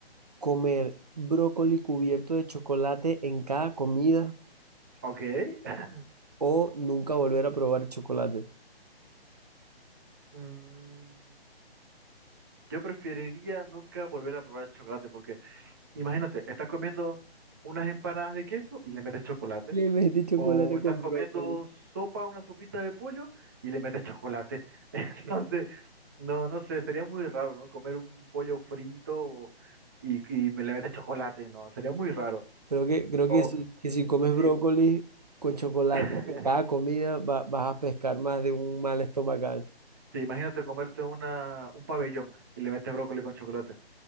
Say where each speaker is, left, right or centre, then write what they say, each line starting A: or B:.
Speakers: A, on the right (about 40°); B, on the right (about 20°).
A: comer brócoli cubierto de chocolate en cada comida
B: Ok. <laughs>
A: o nunca volver a probar el chocolate.
B: Mm, Yo preferiría nunca volver a probar el chocolate porque imagínate, estás comiendo unas empanadas de queso y le metes chocolate,
A: Le mete chocolate
B: o estás
A: con
B: comiendo
A: brócoli.
B: sopa, una sopita de pollo y le metes chocolate. <laughs> Entonces, no, no sé, sería muy raro, ¿no? Comer un pollo frito o- y, y me le metes chocolate, no, sería muy raro.
A: Creo que, creo
B: O
A: que sí, que si comes brócoli
B: sí,
A: con chocolate
B: <laughs>
A: en cada comida va- vas a pescar más de un mal estomacal.
B: sí, imagínate comerte una, un pabellón y le metes brócoli con chocolate.